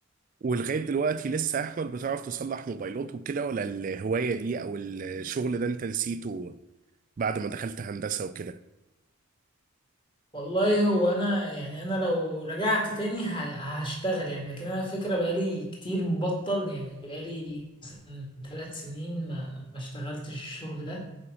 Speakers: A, on the right (about 35°); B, on the left (about 20°).
A: ولغاية دلوقتي لسه أحمد بتعرف تصلح موبايلات وكده ولا الهواية دي أو الشغل ده أنت نسيته بعد ما دخلت هندسة وكده
B: والله هو انا يعني انا لو رجعت تاني ه- هشتغل يعني لكن انا الفكره بقالي كتير مبطل يعني بقالي مثلا ثلاث سنين ما ما اشتغلتش الشغل ده